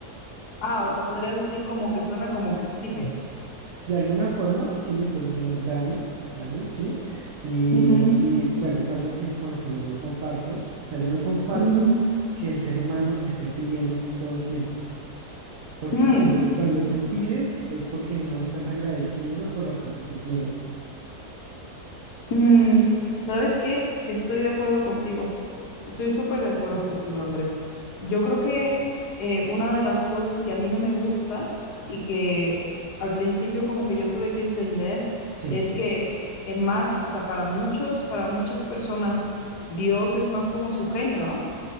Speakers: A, on the left; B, on the right.
A: Ah,
B: Sí.
A: o sea, podrías decir como que suena como que exiges.
B: De alguna forma, sí, estás diciendo, dame, dame, sí. Y,
A: Ujú,
B: y, bueno, es algo que con lo que yo no comparto. O sea, yo no comparto
A: ujú.
B: que el ser humano esté pidiendo todo el tiempo. Porque
A: Mm,
B: cuando, cuando tú pides es porque no estás agradeciendo por las cosas que tienes.
A: Mm, ¿sabes qué? Estoy de acuerdo contigo. Estoy súper de acuerdo contigo, Andrés. Yo creo que eh, una de las cosas que a mí no me gusta y que al principio como que yo tuve que entender
B: Sí.
A: es que es más, o sea, para muchos, para muchas personas, Dios es más como su genio, ¿no?